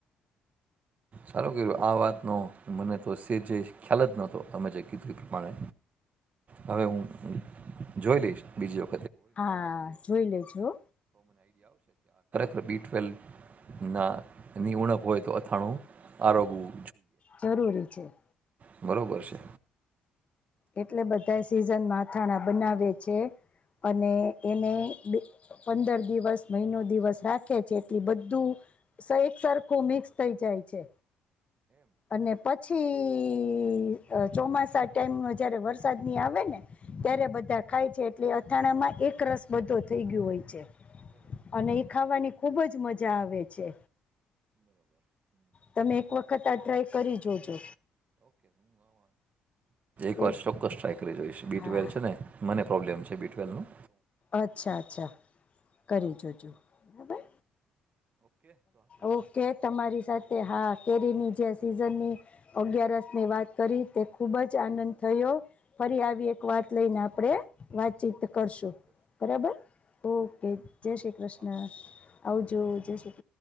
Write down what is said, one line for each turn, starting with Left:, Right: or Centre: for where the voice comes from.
Right: સારૂં કેવાય. આ વાતનો મને તો કસેજય ખ્યાલ જ નહોતો અમે જે કીધું એ પ્રમાણે હવે હું જોઈ લઈશ બીજી
Left: હા જોઈ લેજો હો,
Right: બી ટ્વેલવની ઉણપ હોય તો અથાણું આરોગવું
Left: જરૂરી છે.
Right: બરોબર છે.
Left: એટલે બધા સિઝનમાં અથાણા બનાવે છે. અને એને પંદર દિવસ મહિનો દિવસ રાખે છે જેથી બધું સહેજ સરખું મિક્સ થઈ જાય છે. અને પછી ચોમાસા ટાઈમ જયારે વરસાદની આવેને ત્યારે બધા ખાય છે એટલે અથાણામાં એક રસ બધો થઈ ગયો હોય અને એ ખાવાની ખુબ જ મજા આવે છે. તમે એક વખત આ ટ્રાય કરી જોજો. કે
Right: એક વાર ચોક્કસ ટ્રાય કરી જોઈશ. બી
Left: હા
Right: ટ્વેલ છે ને મને પ્રોબ્મ બી ટ્વેલનું
Left: અચ્છા અચ્છા કરી જોજો બરાબર. ઓકે તમારી સાથે હા કેરીની જે સીઝનની અગારે વાત કરી તે ખૂબ જ આનંદ થયો ફરી આવી એક વાત લઈને આપણે વાતચીત કરશું. બરાબર? ઓકે જય શ્રી કૃષ્ણ આવજો જય શ્રીષ્ણ.